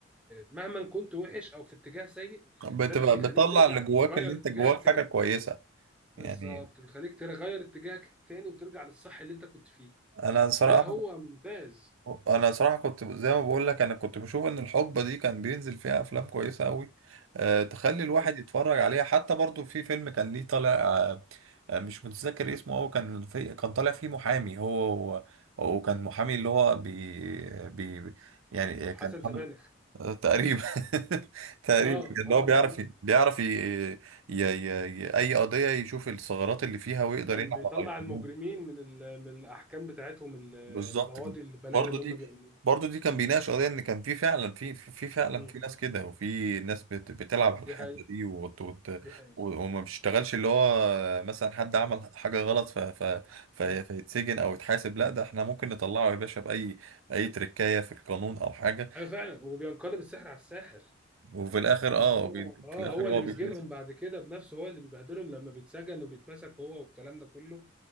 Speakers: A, in the centre; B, on the right (about 80°).
A: مهما كنت وحش او في اتجاه سيء
B: بتبقى
A: ده اللي بيخليك
B: بتطلع
A: ترجع
B: اللي جواك
A: تغير
B: ان انت
A: اتجاهك
B: جواك حاجه
A: تاني
B: كويسه
A: بالظبط
B: يعني
A: بيخليك تغير اتجاهك تاني وترجع للصح اللي انت كنت فيه
B: انا صراحه
A: فلا هو ممتاز
B: انا صراحه كنت زي ما بقول لك انا كنت بشوف ان الحقبه دي كان بينزل فيها افلام كويسه قوي أه تخلي الواحد
A: مم.
B: يتفرج عليها حتى برضو في فيلم كان ليه طالع أه آه، مش متذكر اسمه هو كان في كان طالع فيه محامي هو هو- وكان محامي اللي هو بي بي يعني
A: لو
B: كان
A: حسن
B: محامي
A: سبانخ
B: آه، تقريبا <laughs> تقريبا
A: اه
B: ان
A: اه
B: هو بيعرف
A: اه فاهم.
B: ي- بيعرف ي... ي... ي... ي... اي قضيه يشوف الثغرات اللي فيها ويقدر
A: كان
B: يلعب
A: بيطلع
B: على القانون
A: المجرمين من ال... من الاحكام بتاعتهم ال-
B: بالظبط
A: القواضي
B: كده
A: البلاوي
B: برضه
A: اللي
B: دي
A: هم بيعملوها
B: برضه دي كان بيناقش قضيه ان كان في فعلا في في فعلا
A: مم.
B: في ناس كده وفي ناس بت... بتلعب على الحته
A: دي حقيقة
B: دي وت... وت...
A: دي حقيقة
B: و- وما بيشتغلش اللي هو مثلا حد عمل حاجه غلط ف... ف... ف...
A: مم.
B: فيتسجن او يتحاسب لا ده احنا ممكن نطلعه يا باشا باي اي تركايه في القانون او حاجه
A: ايوه فعلا وبينقلب السحر على الساحر
B: وفي الاخر اه
A: هو
B: بي...
A: اه
B: في الاخر
A: هو اللي
B: هو
A: بيسجنهم
B: بيتمسك
A: بعد كده بنفسه هو اللي بيبهدلهم لما بيتسجن وبيتمسك هو والكلام ده كله